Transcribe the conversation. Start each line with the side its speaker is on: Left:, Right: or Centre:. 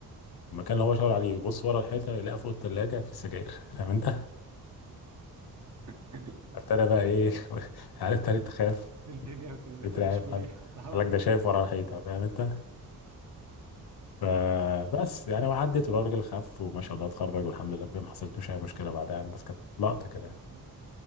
Left: المكان اللي هو شاور عليه يبص ورا الحيطة يلاقي فوق التلاجة في سجاير <laughs> فاهم انت
Right: <laughs>
Left: ابتدى بقى ايه <laughs> عارف تاني تخاف
Right: الدنيا ما بت- ما بتبقاش
Left: بترعب
Right: مريحة
Left: قال
Right: <laughs> اه
Left: قال لك ده شايف ورا الحيطة فاهم انت فبس يعني وعدت والراجل خف وما شاء الله اتخرج والحمد لله ما حصلتوش اي مشكلة بعدها يعني بس كانت لقطة كده يعني
Right: مم.